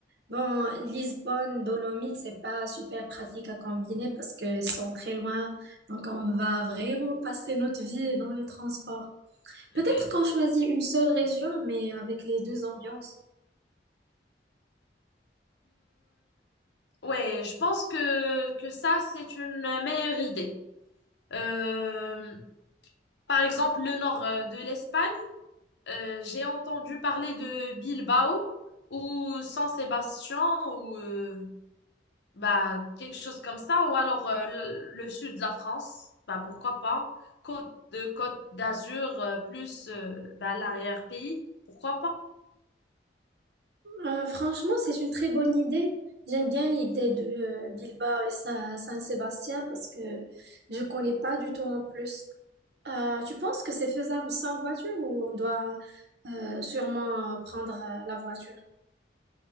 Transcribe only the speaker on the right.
Bon, Lisbonne, Dolomites, c'est pas super pratique à combiner parce qu'ils sont très loin. Donc, on va vraiment passer notre vie dans les transports.
Peut-être qu'on choisit une seule région, mais avec les deux ambiances.
Euh, franchement, c'est une très bonne idée. J'aime bien l'idée de euh, Bilbao et Sa- San-Sébastien parce que je connais pas du tout en plus. Euh, tu penses que c'est faisable sans voiture ou on doit euh, sûrement euh, prendre euh, la voiture?